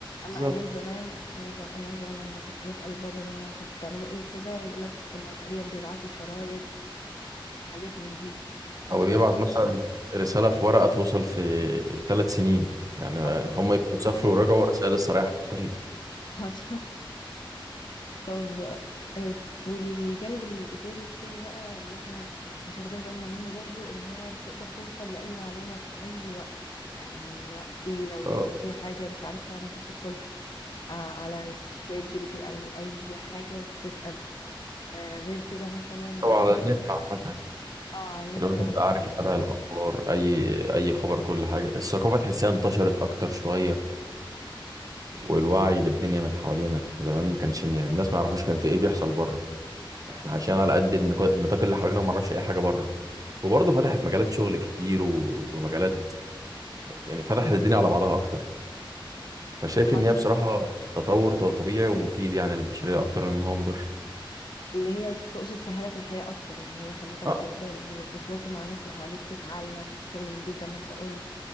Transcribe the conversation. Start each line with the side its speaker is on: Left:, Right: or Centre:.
Left: أما
Right: بالظبط
Left: أيام زمان أي زم... أيام زمان لما كنت بسأل بابا وماما كنت بتعملوا إيه وكده يقولك كنا تقريبا بيبعتوا شرايط أو حاجات من دي ويقعدوا
Right: أو يبعت مثلا رسالة في ورقة توصل في ثلاث سنين يعني
Left: حصل
Right: هم يكونوا سافروا
Left: <laughs>
Right: ورجعوا رسائل لسه رايحة في الطريق
Left: حصل طب آه، والجانب الإيجابي التاني بقى اللي احنا مش واخدين بالنا منه برضو إن هو بتقدر توصل لأي معلومة في أي وقت يعني دلوقتي لو
Right: أه.
Left: في حاجة مش عارفها ممكن تدخل آه، على شات جي بي تي أو أي حاجة وتسأله آه، غير كده مثلا
Right: أو على
Left: برضو
Right: النت عامة
Left: اه على النت
Right: الواحد
Left: مع
Right: بقى عارف
Left: أما
Right: يتابع الأخبار أي أي خبر كل حاجة الثقافة تحسها انتشرت أكتر شوية والوعي بالدنيا من حوالينا زمان ما كانش يعني الناس ما يعرفوش كان في ايه بيحصل بره احنا عايشين على قد النقا- النطاق اللي حوالينا وما نعرفش اي حاجه بره وبرضه فتحت مجالات شغل كتير و... ومجالات يعني فتحت الدنيا على بعضها اكتر فشايف
Left: حصل
Right: ان هي بصراحه تطور ط- طبيعي ومفيد يعني للبشريه اكتر مما هو مضر
Left: اللي هي تقصد سهلت الحياة أكتر إن هي خلتك
Right: اه
Left: تقدر تتواصل مع الناس اللي حواليك تتعلم شغل من البيت زي ما أنت قلت